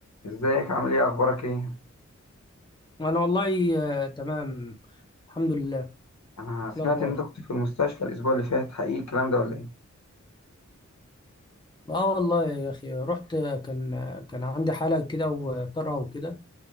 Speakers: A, on the left (about 65°); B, on the left (about 15°).
A: ازيك عامل ايه اخبارك ايه
B: انا والله آه، تمام الحمد لله إيه
A: انا سمعت
B: الاخبار
A: ان انت كنت في المستشفى الاسبوع اللي فات حقيقي الكلام ده ولا ايه
B: اه والله يا اخي رحت آه، كان آه، كان عندي حاله كده وطرقه وكده